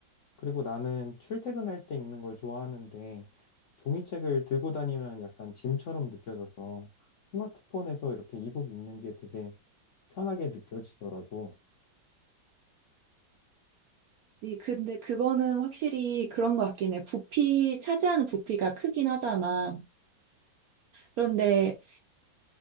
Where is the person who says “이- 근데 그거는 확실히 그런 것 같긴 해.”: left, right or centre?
Right